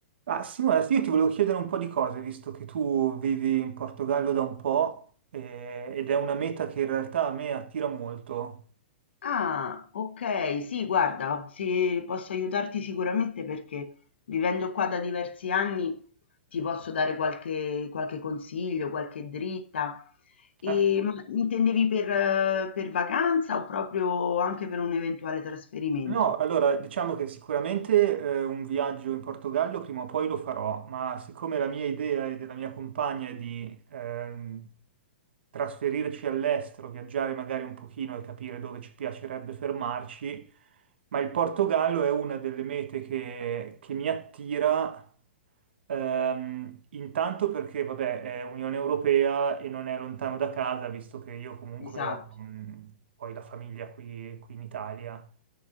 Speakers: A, on the right (about 75°); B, on the left (about 80°).
A: Ah, Simona, io ti volevo chiedere un po' di cose, visto che tu vivi in Portogallo da un po', eh, ed è una meta che in realtà a me attira molto.
B: Ah, ok, sì, guarda, sì, posso aiutarti sicuramente perché vivendo qua da diversi anni ti posso dare qualche, qualche consiglio, qualche dritta. E,
A: Eh,
B: ma intendevi per, eh, per vacanza o proprio anche per un eventuale trasferimento?
A: No, allora diciamo che sicuramente eh, un viaggio in Portogallo prima o poi lo farò, ma siccome la mia idea e della mia compagna è di ehm, trasferirci all'estero, viaggiare magari un pochino e capire dove ci piacerebbe fermarci, ma il Portogallo è una delle mete che, che mi attira, ehm, intanto perché vabbè è Unione Europea e non è lontano da casa, visto che io comunque
B: Esatto.
A: ho mm, poi la famiglia qui qui in Italia.